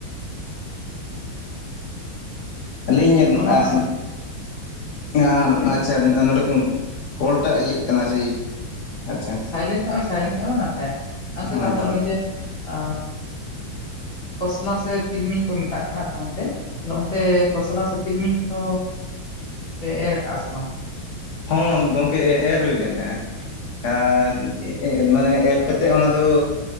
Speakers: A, on the left; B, on the left.
A: ᱟᱞᱤᱧ
B: ᱚᱱᱟ
A: ᱟᱜ
B: ᱠᱚ
A: ᱱᱟ
B: ᱞᱟᱹᱭ
A: ᱱᱟᱪᱟᱱ
B: ᱢᱮ
A: ᱟᱸᱫᱚᱲ ᱠᱚ ᱠᱚᱞᱴᱟᱜ ᱤᱭᱟᱹᱜ ᱠᱟᱱᱟ ᱥᱮᱭ, ᱟᱪᱪᱷᱟ᱾
B: ᱥᱟᱭᱞᱮᱱᱴ ᱠᱟᱜ ᱢᱮ ᱥᱟᱭᱞᱮᱱᱴ ᱠᱟᱜ ᱢᱮ ᱱᱟᱯᱟᱭᱟ᱾ ᱜᱚᱢᱠᱮ
A: ᱟᱪᱪᱷᱟ
B: ᱛᱟᱦᱚᱞᱮ ᱚᱱᱮ ᱡᱮ ᱟᱻ ᱠᱷᱚᱥᱞᱟ ᱥᱮ ᱛᱤᱞᱢᱤᱧ ᱠᱚ ᱢᱮᱛᱟᱜ ᱠᱟᱱᱟ ᱟᱯᱮ ᱚᱱᱛᱮ? ᱚᱱᱛᱮ ᱠᱷᱚᱥᱞᱟ ᱥᱮ ᱛᱤᱞᱢᱤᱧ ᱠᱚᱫᱚᱻ ᱯᱮ ᱮᱨ ᱠᱟᱜᱼᱟ ᱥᱮ ᱵᱟᱝ?
A: ᱦᱚᱸ ᱜᱚᱝᱠᱮ ᱮᱨ ᱦᱩᱭ ᱞᱮᱱ ᱛᱟᱦᱮᱸᱜᱼᱟ ᱟᱨ <inaudible> ᱢᱟᱱᱮ ᱮᱨ ᱠᱟᱛᱼᱼ ᱛᱮᱫ ᱚᱱᱟᱫᱚ